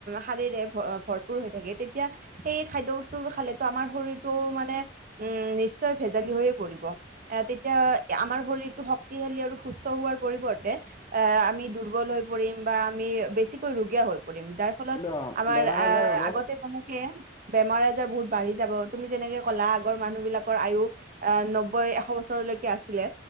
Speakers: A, on the right (about 45°); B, on the left (about 25°).
A: সাৰেৰে ভৰ ভৰপুৰ হৈ থাকে তেতিয়া। সেই খাদ্যবস্তুবোৰ খালেতো আমাৰ শৰীৰটো মানে উম নিশ্চয় ভেজালি হৈ। কৰিব, তেতিয়া আমাৰ শৰীৰটো শক্তিশালী আৰু সুস্থ হোৱাৰ পৰিৱৰ্তে। এ আমি দুৰ্বল হৈ পৰিম বা আমি বেছিকৈ ৰুগীয়া হৈ পৰিম যাৰ। ফলত
B: অ',
A: আমাৰ
B: বেমাৰ
A: আ
B: আজাৰ হ'ব,
A: আগতে যেনেকে। বেমাৰ আজাৰ বহুত বাঢ়ি যাব, তুমি যেনেকে ক'লা আগৰ মানুহ বিলাকৰ আয়ুস এ নব্বৈ এশ বছৰ। বছৰলৈকে আছিলে